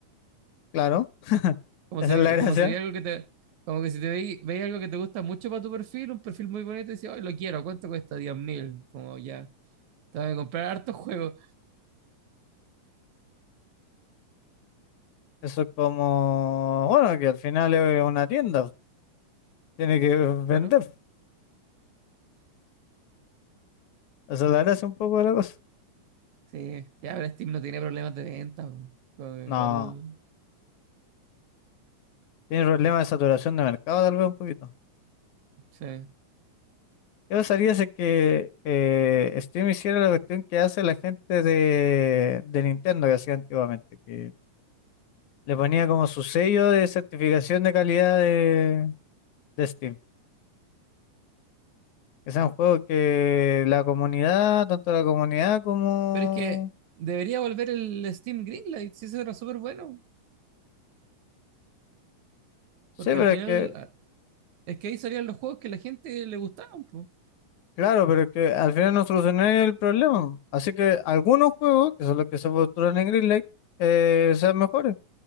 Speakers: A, on the left; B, on the right.
A: Claro, <laughs>
B: Como
A: esa
B: si,
A: es
B: vi-
A: la gracia.
B: como si veía algo que te. Como que si te veí- veía algo que te gusta mucho para tu perfil, un perfil muy bonito, y decías, "Ay, lo quiero, ¿cuánto cuesta? Diez mil. Como ya, te voy a comprar hartos juegos,
A: Eso es como, bueno, que al final es una tienda, tiene que vender.
B: claro.
A: Esa es la gracia un poco de la cosa.
B: Sí, ya, pero Steam no tiene problemas de venta, po. Como que
A: No,
B: igual,
A: tiene problemas de saturación de mercado tal vez un poquito.
B: sí.
A: ¿Qué pasaría si es que eh, Steam hiciera la cuestión que hace la gente de, de Nintendo que hacía antiguamente? Que le ponía como su sello de certificación de calidad de, de Steam. Que sea un juego que la comunidad, tanto la comunidad como...
B: Pero es que debería volver el Steam Greenlight, si eso era súper bueno,
A: Sí,
B: porque
A: pero
B: al final,
A: es que
B: ah, es que ahí salían los juegos que la gente le gustaban, pues.
A: Claro, pero que al final no escenario el problema. Así que algunos juegos, que son los que se postulan en Greenlight, eh, sean mejores.